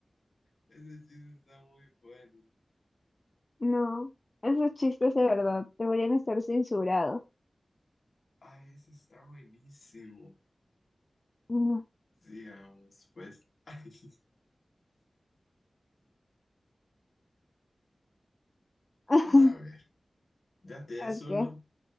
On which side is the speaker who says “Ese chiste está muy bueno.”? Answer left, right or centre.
Left